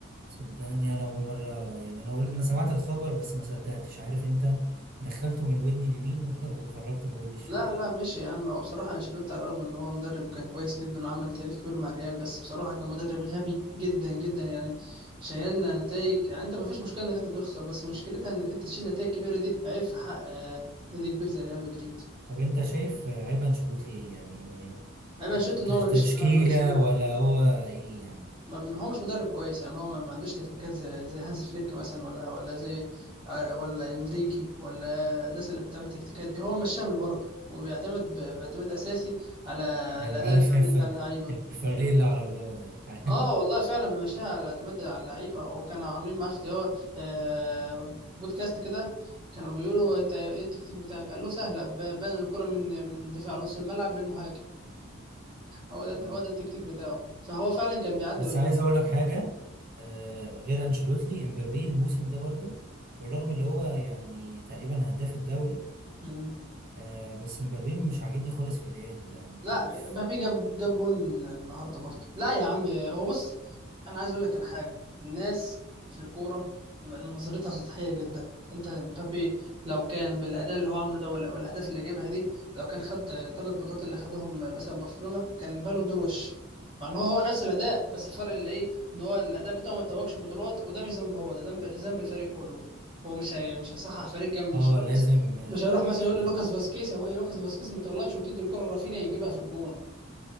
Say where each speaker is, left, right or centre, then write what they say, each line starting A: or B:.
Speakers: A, on the right; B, on the right.
A: صدقني انا اول مره يعني انا اقول انا سمعت الخبر بس ما صدقتش عارف انت دخلته من ودني اليمين <laughs> وخرجته من ودني الشمال
B: لا لا ماشي يا عم هو بصراحة أنشيلوتي على الرغم إن هو مدرب كان كويس جدا وعمل تاريخ كبير مع ريال بس بصراحة كان مدرب غبي جدا جدا يعني شايلنا نتائج يعني أنت ما فيش مشكلة إنك أنت تخسر بس مشكلتها إنك أنت تشيل نتائج كبيرة دي عيب في حق آه، نادي كبير زي ريال مدريد
A: طب انت شايف عيب انشيلوتي ايه يعني
B: عيب أنشيلوتي
A: آه، تش-
B: إن هو ملوش
A: تشكيلة
B: ما- ملوش في
A: ولا هو ايه يعني
B: ما بي- هو مش مدرب كويس يعني هو ما ما عندوش تكتيكات زي زي هانز فليك مثلا ولا ولا زي آه، ولا إنريكي ولا الناس اللي بتعمل تكتيكات دي هو مشاها بالبركة وبيعتمد ب- باعتماد أساسي على
A: ايوه
B: الأداء
A: عارف
B: الفردي
A: الف-
B: بتاع اللعيبة
A: الفريق اللي على الله ده <laughs>
B: اه والله فعلا مشاها اعتمد على اللعيبه وكانوا عاملين مع اختيار آه، بودكاست كده كانوا بيقولوا انت ايه التكتيك بتاعك قال له سهله ب- بنقل الكره من من الدفاع لنص الملعب للمهاجم هو ده
A: آه.
B: هو ده التكتيك بتاعه فهو فعلا كان بيعدي
A: بس عايز اقول لك حاجة آه، غير انشيلوتي امبابي الموسم ده برضو بالرغم اللي هو يعني تقريبا هداف الدوري
B: بالبعد
A: آه، بس امبابي مش عاجبني خالص في الريال لا،
B: لا
A: كان في
B: مبابي جاب جاب جون النهارده برضه لا يا عم هو بص انا عايز اقول لك على حاجه الناس في الكوره نظرتها سطحيه جدا انت مبابي لو كان بالاداء اللي هو عامله ده ولا- والاهداف اللي جابها دي لو كان خد الثلاث بطولات اللي خدهم مثلا برشلونه كان بالون دور وش مع ان هو هو نفس الاداء بس الفرق اللي ايه ان هو الاداء بتاعه ما اتوجش بطولات وده مش ذنبه هو ده ذنب ذنب الفريق كله هو مش هي... مش هيصحح فريق كامل
A: اه
B: مش هيروح
A: لازم
B: بس
A: آه،
B: مش هيروح
A: يعني
B: مثلا يقول
A: لا
B: للوكاس فاسكيز هو إيه لوكاس فاسكيز ما تغلطش وتدي الكره لرافينيا يجيبها في الجون